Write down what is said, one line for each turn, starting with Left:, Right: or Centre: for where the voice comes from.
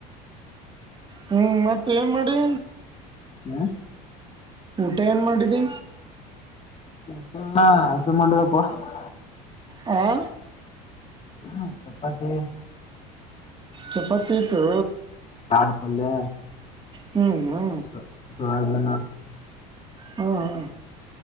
Right: ಹುಂ ಮತ್ತ್ ಏನ್ ಮಾಡಿ.
Left: ಹಾ
Right: ಊಟಾ ಏನ್ ಮಾಡಿದ್ದಿ.
Left: ಊಟಾ <unintelligible>
Right: ಹಾ
Left: ಹ್ ಚಪಾತಿ-
Right: ಚಪಾತಿ ಇತ್ತು.
Left: ಕಾಳ ಪಲ್ಯಾ
Right: ಹುಂ ಹು
Left: <unintelligible>
Right: ಹ್ಹಾ ಹ್ಹ.